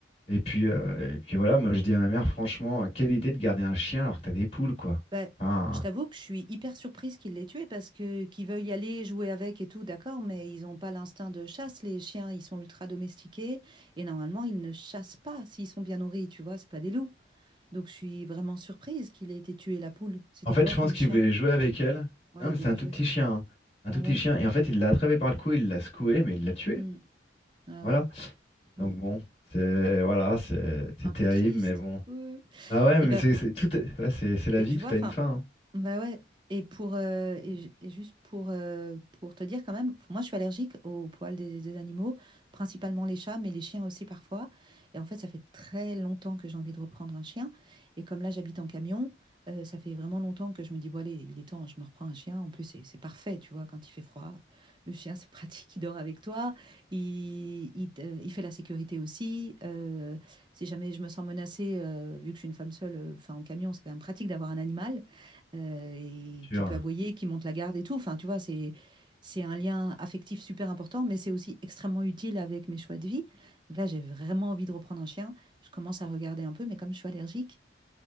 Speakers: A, on the left (about 30°); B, on the right (about 25°).
A: Et puis, euh, et puis voilà, moi je dis à ma mère, franchement, euh, quelle idée de garder un chien alors que t'as des poules, quoi.
B: Bah,
A: Enfin,
B: je t'avoue que je suis hyper surprise qu'il l'ait tué parce que qu'ils veuillent aller jouer avec et tout, d'accord, mais ils ont pas l'instinct de chasse, les chiens, ils sont ultra domestiqués et normalement, ils ne chassent pas s'ils sont bien nourris, tu vois? C'est pas des loups. Donc, je suis vraiment surprise qu'il ait été tué, la poule. C'était
A: en fait,
B: quoi
A: je
B: comme
A: pense qu'il
B: chien?
A: voulait jouer avec elle.
B: Ouais,
A: Non, mais
B: il voulait
A: c'est un tout
B: jouer.
A: petit chien, hein. Un
B: Ah
A: tout petit
B: ouais.
A: chien. Et en fait, il l'a attrapé par le cou, il l'a secoué, mais il l'a tué.
B: Mmh. Ah
A: Voilà.
B: ouais. Mmh.
A: Donc bon, c'est voilà, c'est c'est
B: un peu
A: terrible,
B: triste.
A: mais bon.
B: Ouh.
A: Bah ouais,
B: Et
A: mais
B: ben,
A: c'est c'est tout, est- ouais, c'est c'est la
B: et
A: vie,
B: tu
A: tout
B: vois, enfin,
A: a une fin. hein.
B: bah ouais. Et pour euh, et, ju- et juste pour euh, pour te dire quand même, moi je suis allergique aux poils des, des animaux, principalement les chats, mais les chiens aussi parfois. Et en fait, ça fait très longtemps que j'ai envie de reprendre un chien. Et comme là j'habite en camion, euh, ça fait vraiment longtemps que je me dis bon allez, il est temps, je me reprends un chien. En plus c'est c'est parfait, tu vois, quand il fait froid, le chien c'est <laughs> pratique, il dort avec toi, il il, te- il fait la sécurité aussi. Euh, si jamais je me sens menacée, euh, vu que je suis une femme seule, euh, enfin en camion c'est quand même pratique d'avoir un animal euh, et
A: C'est sûr.
B: qui peut aboyer, qui monte la garde et tout. Enfin, tu vois, c'est c'est un lien affectif super important, mais c'est aussi extrêmement utile avec mes choix de vie. Donc là, j'ai vraiment envie de reprendre un chien. Je commence à regarder un peu, mais comme je suis allergique,